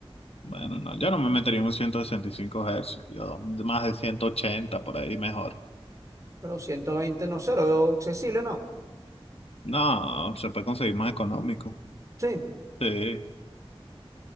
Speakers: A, on the left; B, on the right.
A: Bueno, no, yo no me metería en un 165 Hz, yo más de 180 por ahí mejor.
B: Pero 120 no sé, lo veo accesible, ¿no?
A: No, se puede conseguir más económico.
B: Sí.
A: Sí,